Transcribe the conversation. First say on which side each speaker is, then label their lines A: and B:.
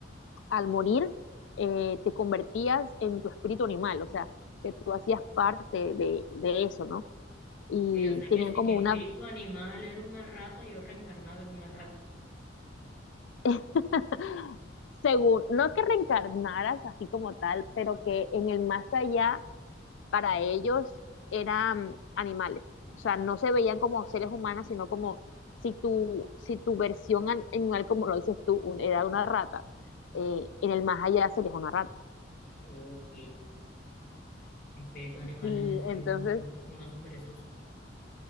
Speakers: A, on the left; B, on the left.
A: al morir eh, te convertías en tu espíritu animal, o sea, que tú hacías parte de, de eso, ¿no? Y
B: ok, o sea
A: tenían
B: que si
A: como
B: mi espíritu
A: una,
B: animal era una rata, yo reencarnaba en una rata.
A: <laughs> según, no que reencarnaras así como tal, pero que en el más allá para ellos eran animales. O sea, no se veían como seres humanos, sino como si tu, si tu versión an- animal, como lo dices tú, un- era una rata, eh, en el más allá serías una rata.
B: Ok, mi espíritu animal
A: Y
B: debe ser
A: entonces,
B: un, un oso perezoso.